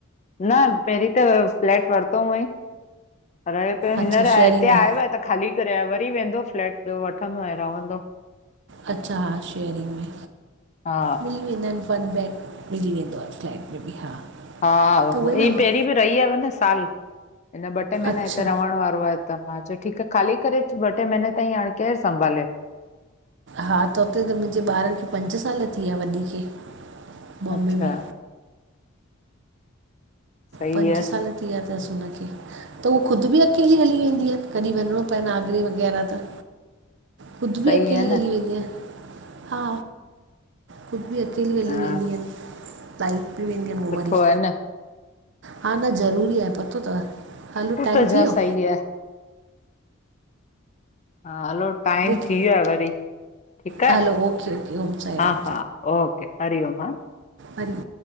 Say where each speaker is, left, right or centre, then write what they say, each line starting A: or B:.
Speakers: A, on the left; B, on the right.
A: न पहिरीं त फ्लैट वरितो हुअईं रयो पियो
B: अच्छा
A: हींअर
B: शेयरिंग
A: हिते
B: में
A: आयो आहे त ख़ाली करे वरी वेंदो फ्लैट वठंदो ऐं रहंदो
B: अच्छा हा शेयरिंग में
A: हा
B: मिली वेंदा आहिनि वन बैेग मिली वेंदो आहे फ्लैट में बि हा
A: हा
B: त उहे न
A: ईीअ
B: मां-
A: पहिरीं बि रही आहेय न साल हिन ॿ टे महीना
B: अच्छा
A: हिते रहण वारो आहे त मां चयो ठीकु आहे ख़ाली करे ॿ टे महीने ताईं हाणे केरु संभाले
B: हा त उते त मुंहिंजे ॿारनि खे पंज साल थी विया वॾी खे बॉम्बे
A: अच्छा
B: में
A: सही
B: पंज
A: आहे
B: साल थी विया अथसि हुनखे त उहे ख़ुदि बि अकेली हली वेंदी आहिनि कॾहिं वञिणो पए न आगरी वग़ैरह त ख़ुदि बि
A: सही
B: अकेली
A: आहे न
B: हली वेंदी हा ख़ुदि बि अ अकेली हली
A: हा
B: वेंदीूं लाइट बि वेंदियूं आहिनि
A: सुठो
B: उहो वरी
A: आहे न
B: हा न ज़रूरी आहे पतो अथव हलो
A: त
B: टाइम
A: त ज
B: थी वियो
A: सही आहे हा हलो टाइम
B: ॾिठो।
A: थी वियो आहे वरी ठीक आहे
B: hello okay okay Om Sai
A: हा
B: राम
A: हा ओके हरिओम
B: हरी